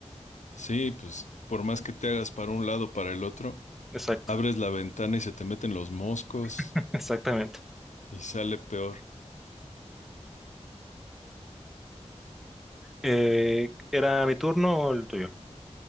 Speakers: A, on the left; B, in the centre.
A: sí, pues por más que te hagas para un lado, o para el otro,
B: Exacto,
A: abres la ventana y se te meten los moscos
B: <laughs> exactamente.
A: y sale peor.
B: Eh, ¿era mi turno o el tuyo?